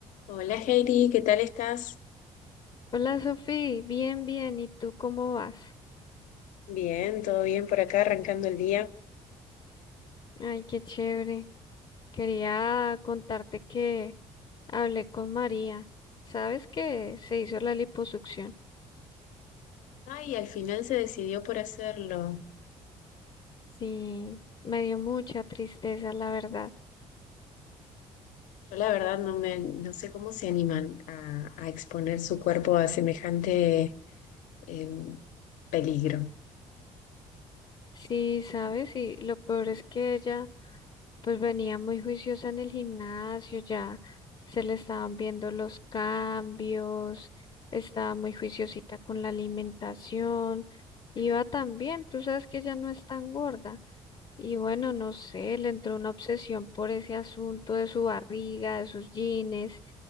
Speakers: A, on the left; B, on the left.
A: Hola Heidi, ¿qué tal estás?
B: Hola Sofi, bien, bien. ¿Y tú cómo vas?
A: Bien, todo bien por acá, arrancando el día.
B: Ay, qué chévere. Quería contarte que hablé con María. ¿Sabes que se hizo la liposucción?
A: Ay, al final se decidió por hacerlo.
B: Sí, me dio mucha tristeza, la verdad.
A: Yo la verdad no me, no sé cómo se animan a, a exponer su cuerpo a semejante em, peligro.
B: Sí, sabes, y lo peor es que ella pues venía muy juiciosa en el gimnasio, ya se le estaban viendo los cambios, estaba muy juiciosita con la alimentación, iba tan bien, tú sabes que ella no es tan gorda. Y bueno, no sé, le entró una obsesión por ese asunto de su barriga, de sus jeans.